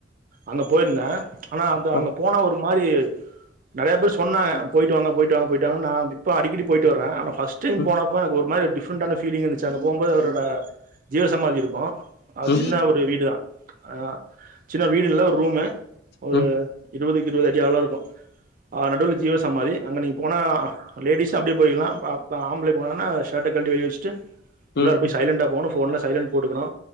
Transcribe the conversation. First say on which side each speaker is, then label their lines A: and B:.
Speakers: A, on the right; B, on the left.
A: அங்க போயிருந்தே ஆனா அந்த
B: ஆ
A: அங்க போனா ஒரு மாரி நெறைய பேர் சொ சொன்னாங்க போயிட்டு வாங்க போயிட்டு வாங்க போயிட்டு வாங்கா நா இப்ப அடிக்கடி போயிட்டு வர்றே ஃபர்ஸ்ட் டைம்
B: ம்
A: போனப்போ எனக்கு ஒரு மாதிரி டிப்ரெண்ட்டான பீலிங் இருந்துச்சு அங்க போம்போது அவரோட ஜீவ சமாதி இருக்கு அவரு
B: ம்
A: சின்ன ஒரு வீடுதா ஆ சின்ன வீடு இல்ல ஒரு ரூமு ஒரு
B: ம்
A: இருவதுக்கு இருவது அடி ஆழ இருக்கு ஆ நடுவுல ஜீவ சமாதி அங்க நீங்க போனா லேடிஸ்ன அப்டியே போயிக்கலா ப பா ஆம்பளைக போனா ஷர்ட கழட்டி வெளிய வச்சிட்டு
B: ம்
A: உள்ளார போய்
B: ம்
A: சைலண்டா போணு போன்ல சைலன்ட் போட்டுக்கணு